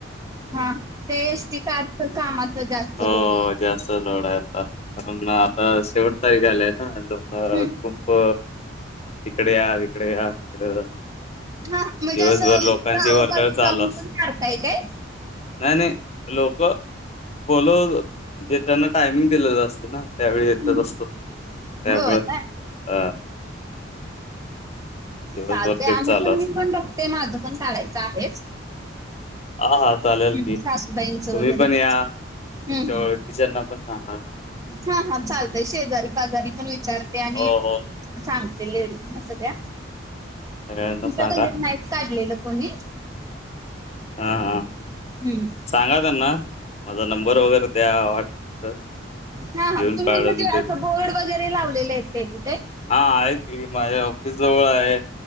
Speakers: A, on the right (about 20°); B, on the left (about 35°).
A: हा ते एसटी काच कामाच जास्त.
B: हो
A: लोड
B: जास्त लोड आहे आता कारण आता शेवट तारीख आलय ना लोक. अ
A: हम्म.
B: खूप इिकडे या तिकडे या तिकडे.
A: हा म्हणजे
B: दिवसभर
A: असं
B: लोकांची
A: गावोगावी
B: वर्दळ चालस.
A: जाऊन पण काढताय काय
B: नाही नाही लोक बोल जे त्यांना टायमिंग दिलेलं असत ना. त्यावेळी येतच
A: हम्म.
B: असतो त्यामुळं
A: हो काय
B: अ दिवसभर
A: चालतेय
B: तेच
A: आम्ही
B: चालू
A: पण
B: अस
A: म पण बघते माझं पण चालायचं आहे.
B: हा हा चालेल की
A: सासूबाईंचं
B: तुम्ही
A: वगैरे
B: पण
A: हं,
B: या. तुमच्या
A: हं.
B: ओळखीच्याना पण सांगा.
A: हा हा चालतय शेजारी पाजारी पण विचारते आणि
B: हो हो
A: सांगते सगळ्या
B: सगळ्यांना
A: आमच्या
B: सांगा
A: गलीत नाहीच काढलेलं कोणी.
B: हा हा.
A: हम्म.
B: सांगा त्यांना माझा नंबर वगैरे द्या वाट तर.
A: हा हा
B: येऊन
A: तुम्ही
B: काढून
A: म्हणजे
B: देत
A: असं बोर्ड वगैरे लावलेले आहेत ते कुठे.
B: हा आहेत गिरी माझ ऑफिस जवळ आहे.